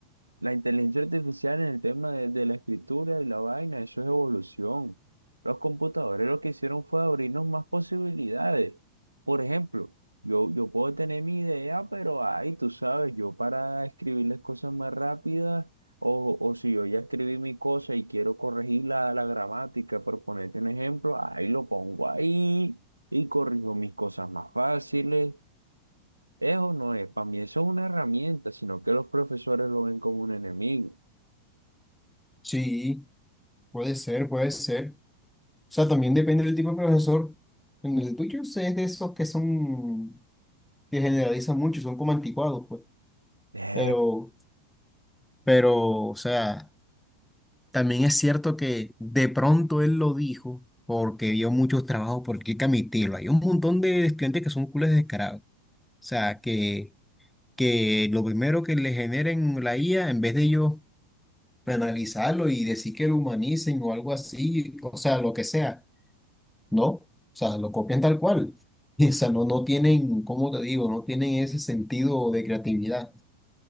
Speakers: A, on the right (about 85°); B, in the centre.
A: La inteligencia artificial en el tema de, de la escritura y la vaina, eso es evolución. Los computadores lo que hicieron fue abrirnos más posibilidades. Por ejemplo, yo, yo puedo tener mi idea, pero ay, tú sabes, yo para escribirles cosas más rápidas, o, o si yo ya escribí mi cosa y quiero corregir la, la gramática, por ponerte un ejemplo, ahí lo pongo ahí y corrijo mis cosas más fáciles. Eso no es, para mí eso es una herramienta, sino que los profesores lo ven como un enemigo.
B: Sí, puede ser, puede ser. O sea, también depende del tipo de profesor. En el tuyo sé es de esos que son, que generalizan mucho, son como anticuados, pues.
A: Eh,
B: Pero Pero, o sea, también es cierto que de pronto él lo dijo porque vio muchos trabajos por aquí Camitilo. Hay un montón de estudiantes que son culos descarados. O sea, que, que lo primero que le generen la IA, en vez de ellos penalizarlo y decir que lo humanicen o algo así, o sea, lo que sea, no. O sea, lo copian tal cual. <laughs> o sea, no, no tienen, ¿cómo te digo? No tienen ese sentido de creatividad.